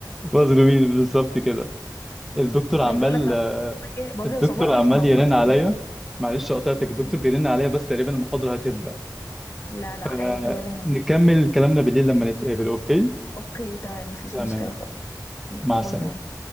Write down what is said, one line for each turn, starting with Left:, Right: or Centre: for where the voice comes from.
Centre: مظلومين بالظبط كده الدكتور
Left: <laughs>
Centre: عمال
Left: عايزه اقول لك انا برضو بواجه بواجه
Centre: الدكتور
Left: صعوبه قوي
Centre: عمال
Left: في موضوع
Centre: يرن
Left: شغلي
Centre: عليا معلش قطعتك
Left: اوكي
Centre: الدكتور بيرن عليا بس تقريبا المحاضرة هتبدأ
Left: لا لا
Centre: فنكمل
Left: عادي ولا يهمك
Centre: كلامنا بالليل لما نتقابل اوكي
Left: اوكي تمام مفيش
Centre: تمام
Left: مشكله خالص يلا،
Centre: مع
Left: باي
Centre: السلامة
Left: باي